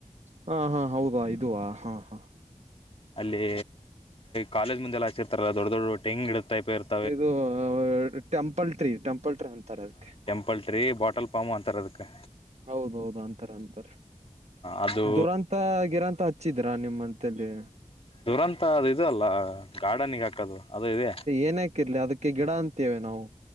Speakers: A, on the right; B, on the left.
A: ಹಾ ಹಾ ಹೌದಾ ವ ಹಾ ಹಾ
B: ಅಲ್ಲಿ ಕಾಲೇಜ್ ಮುಂದೆಲ್ಲ ಹಚಿರ್ತಾರ ದೊಡ್ಡ ದೊಡ್ ಟೆಂಗ್ ಇಿಡತೈ ಪರ್ <unintelligible>
A: ಇದು ಟೆಂಪಲ್ ಟ್ರೀ ಟೆಂಪಲ್ ಟ್ರೀ ಅಂತಾರೆ ಅದಕ್ಕೆ
B: ಪಲ್ಟ್ರಿ ಬಾಟಲ್ ಪಾಮ ಅಂತರದಕ್ಕೆ
A: ಹೌದೌದು ಅಂತಾರೆ ಅಂತಾರೆ
B: ಅದು
A: ದುರಂತ ಗಿರಂತ ಹಚ್ಚಿದ್ರ ನಿಮ್ಮಂತಲ್ಲಿ
B: ದುರಂತ ಅ ಇದು ಅಲ್ಲ ಗಾರ್ಡನಿಗೆ ಹಾಕದು ಅದು ಇದೆ
A: ಏನ್ಕಿರ್ಲಿ ಅದಕ್ಕೆ ಗಿಡ ಅಂತೇವೆ ನಾವು